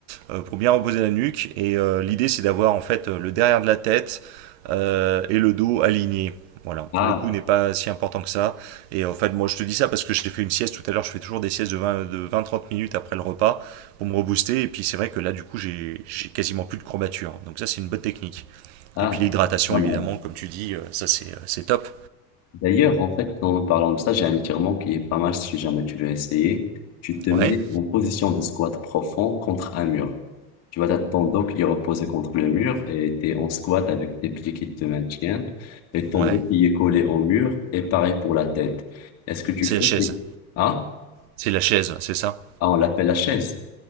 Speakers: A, on the right; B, on the left.
A: euh, pour bien reposer la nuque. Et euh, l'idée, c'est d'avoir en fait le derrière de la tête euh, et le dos aligné. Voilà,
B: Ah,
A: le coup n'est pas si important que ça. Et en fait, moi, je te dis ça parce que j'ai fait une sieste tout à l'heure. Je fais toujours des siestes de 20 trente minutes après le repas pour me rebooster. Et puis, c'est vrai que là, du coup, j'ai quasiment plus de courbature. Donc, ça, c'est une bonne technique.
B: ah,
A: Et puis, l'hydratation,
B: ça, c'est pas mal.
A: évidemment, comme tu dis, euh, ça, c'est top.
B: D'ailleurs, en fait, en parlant de ça, j'ai un étirement qui est pas mal si jamais tu veux essayer. Tu te mets
A: Ouais,
B: en position de squat profond contre un mur. Tu vas t'attendre ton dos qui est reposé contre le mur et t'es en squat avec tes pieds qui te maintiennent et ton
A: ouais.
B: dos qui est collé au mur et pareil pour la tête. Est-ce que tu
A: C'est
B: fais...
A: la chaise.
B: Ah,
A: C'est la chaise, c'est ça
B: ah, on l'appelle la chaise.